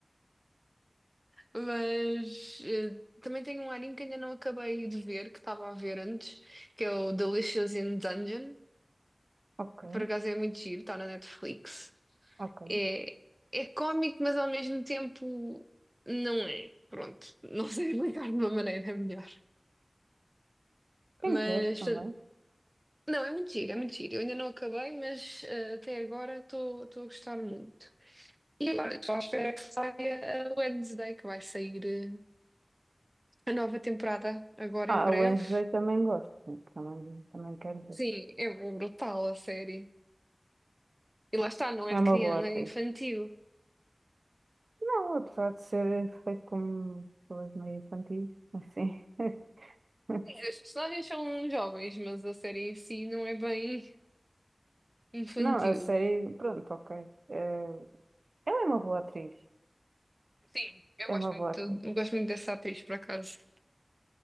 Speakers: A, on the right; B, on the right.
A: Mas eh, também tenho um anime que ainda não acabei de ver, que estava a ver antes, que é o Delicious in Dungeon.
B: Ok,
A: Por acaso é muito giro, está na Netflix.
B: ok.
A: É, é cómico, mas ao mesmo tempo não é. Pronto, <laughs> não sei explicar de uma maneira melhor.
B: Tem
A: Mas
B: que ver também.
A: não, é muito giro, é muito giro. Eu ainda não acabei, mas eh, até agora estou estou a gostar muito. E agora estou à espera que saia a Wednesday, que vai sair eh, a nova temporada agora
B: Ah,
A: em breve.
B: a Wednesday também gosto. Também, também quero ver.
A: Sim, é, é brutal a série. E lá está, não
B: É
A: é de
B: uma
A: criança,
B: boa atriz.
A: é infantil.
B: Não, apesar de ser feito como pessoas meio infantis, assim. <laughs>
A: Sim, as personagens são jovens, mas a série em si não é bem infantil.
B: Não, a série, pronto, ok. Eh, ela é uma boa atriz.
A: Sim, eu
B: É
A: gosto
B: uma boa
A: muito,
B: atriz.
A: eu gosto muito dessa atriz, por acaso.